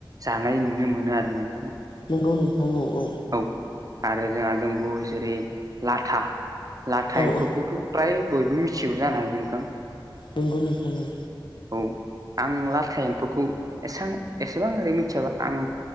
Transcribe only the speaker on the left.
नंगौ नोंथां औ औ।
औ
औ
नंगौ नोंथां औ